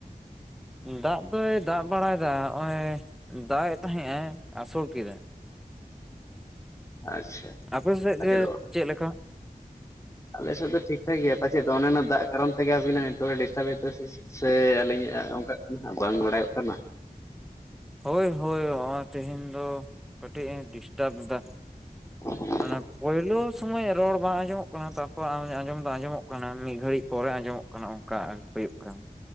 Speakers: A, in the centre; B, on the left.
A: ᱫᱟᱜ ᱫᱚᱭ ᱫᱟᱜ ᱵᱟᱲᱟᱭᱮᱫᱟ ᱦᱚᱸᱜ-ᱚᱭ ᱫᱟᱜ ᱮ ᱛᱟᱦᱮᱸ ᱟᱭ ᱟᱥᱩᱲ ᱠᱮᱫᱟᱭ᱾
B: ᱟᱪᱪᱷᱟ
A: ᱟᱯᱮ ᱥᱮᱜ
B: ᱯᱟᱪᱮᱫᱚᱜ
A: ᱜᱮ ᱪᱮᱜ ᱞᱮᱠᱟ?
B: ᱟᱞᱮ ᱥᱮᱫ ᱫᱚ ᱴᱷᱤᱠ ᱴᱷᱟᱠ ᱜᱮᱭᱟ ᱯᱟᱪᱷᱮᱫ ᱚᱱᱮ ᱚᱱᱟ ᱫᱟᱜ ᱠᱟᱨᱚᱱ ᱛᱮ ᱜᱮ ᱟᱵᱤᱱᱟ ᱱᱮᱴᱣᱟᱨᱠ ᱮ ᱰᱤᱥᱴᱩᱨᱵ ᱮᱫᱟ ᱥᱮ ᱪᱮᱜ? ᱥᱮ ᱟᱹᱞᱤᱧᱟᱜ ᱚᱱᱠᱟᱜ ᱠᱟᱱᱟ, ᱵᱟᱝ ᱵᱟᱲᱟᱭᱚᱜ ᱠᱟᱱᱟ᱾
A: ᱦᱚᱭ ᱦᱚᱭ ᱦᱚᱸᱜ ᱛᱮᱦᱮᱧ ᱫᱚ ᱠᱟᱹᱴᱤᱡ ᱮ ᱰᱤᱥᱴᱟᱵ ᱮᱫᱟ᱾
B: <inaudible>
A: ᱚᱱᱟ ᱯᱳᱭᱞᱳ ᱥᱚᱢᱚᱭ ᱨᱚᱲ ᱵᱟᱝ ᱟᱸᱡᱚᱢᱚᱜ ᱠᱟᱱᱟ ᱛᱟᱯᱚᱨ ᱟᱸᱡᱚᱢ ᱫᱚ ᱟᱸᱡᱚᱢᱚᱜ ᱠᱟᱱᱟ, ᱢᱤᱜ ᱜᱷᱟᱹᱲᱤᱡ ᱯᱚᱨᱮ ᱟᱸᱡᱚᱢᱚᱜ ᱠᱟᱱᱟ᱾ ᱠᱚᱱᱚ ᱚᱱᱠᱟ ᱦᱩᱭᱩᱜ ᱠᱟᱱᱟ᱾